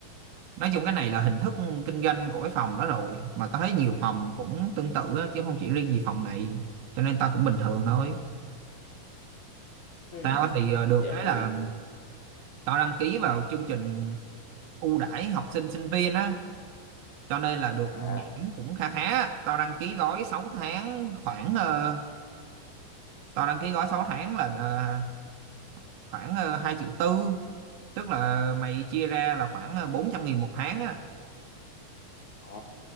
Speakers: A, on the right; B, on the left.
A: nói chung cái này là hình thức kinh doanh của cái phòng đó rồi mà tao thấy nhiều phòng cũng tương tự á, chứ không chỉ riêng gì phòng này cho nên tao cũng bình thường thôi
B: Ừm,
A: tao thì ờ, được
B: vậy
A: cái là tao đăng ký vào chương trình ưu đãi học sinh sinh viên á cho nên là được
B: à
A: giảm cũng khá khá tao đăng ký gói 6 tháng khoảng ờ, tao đăng ký gói 6 tháng là ờ, khoảng uh, 2 triệu tư tức là mày chia ra là khoảng ờ, bốn trăm nghìn một tháng á
B: ờ